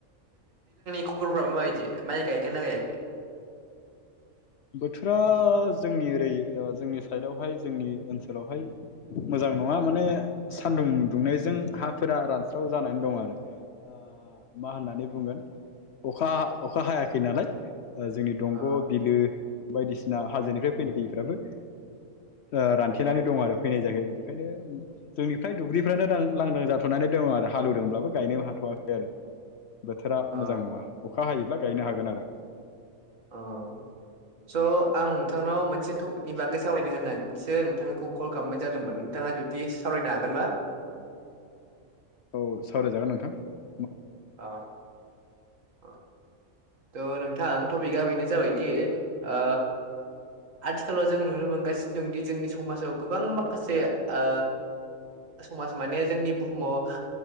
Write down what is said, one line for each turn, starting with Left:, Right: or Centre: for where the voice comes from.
Right: खबर फ्राबा माबायदि माइ गायखोना गायाखै?
Left: बोथोरा जोंनि ओरै ओ जोंनि साइडआवहाय जोंनि ओनसोलावहाय मोजां ओ नङा मने सानदुं दुंनायजों हाफोरा रानस्राव जानानै दं आरो ओ ओ मा होननानै बुंगोन अखा अखा हायाखै नालाय । जोंनि दंग'
Right: अ
Left: बिलो बायदिसिना हाजोनिफ्राय फैनाय दैफ्राबो ओ रानथेनानै दं आरो फैनाय जाया बेखायनो जोंनिफ्राय दुब्लिफोररानो ल-लांदां जाथनानै दङ आरो हालेवदोंब्लाबो गायनो हाथ'वाखै आरो । बोथोरा
Right: अ
Left: मोजां नङा अखा हायोब्ला गायनो हागोन आरो ।
Right: अ । स' आं नोंथांनाव मोनसे टपिकनि बागै सावरायनो होननानैसो नोंथांखौ कल खालामनाय जादोंमोन नोंथाङा जुद दि सावरायनो हागोनबा
Left: औ सावरायजागोन नोंथां ।
Right: ओ ओ ट नोंथां टपिकआ बेनो जाबाय दि ओ आथिखालाव जों नुनो मोनगासिनो दं दि जोंनि सम माजाव गोबां माखासे ओ समाज माने जोंनि बुहुमाव